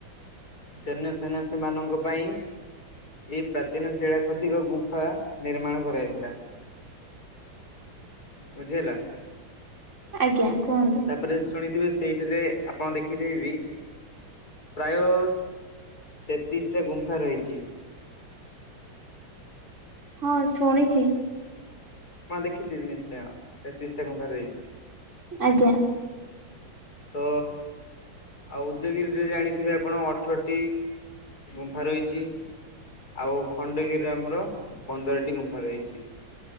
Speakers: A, on the left (about 45°); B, on the right (about 35°).
A: ଜୈନ୍ୟସନ୍ନ୍ୟାସୀମାନଙ୍କ ପାଇଁ ଏଇ ପ୍ରାଚୀନ ଶିଳା ଖଦିକ ଗୁମ୍ଫା ନିର୍ମାଣ କରାଯାଇଥିଲା। ବୁଝି ହେଲା?
B: ଆଜ୍ଞା କୁହନ୍ତୁ।
A: ତାପରେ ଶୁଣିଥିବେ ସେଇଠିରେ ଆପଣ ଦେଖିଥିବେବି ପ୍ରାୟ ତେତିଶ ଟା ଗୁମ୍ଫା ରହିଚି।
B: ହଁ ଶୁଣିଛି।
A: ହଁ ଦେଖିଥିବେ ନିଶ୍ଚୟ ତେତିଶ ଟା ଗୁମ୍ଫା ରଇ
B: ଆଜ୍ଞା।
A: ତ ଆଉ ଉଦୟଗିରିରେ ଜାଣିଥିବେ ଆପଣ ଅଠରଟି ଗୁମ୍ଫା ରହିଛି। ଆଉ ଖଣ୍ଡଗିରିରେ ଆମର ପନ୍ଦରଟି ଗୁମ୍ଫା ରହିଛି।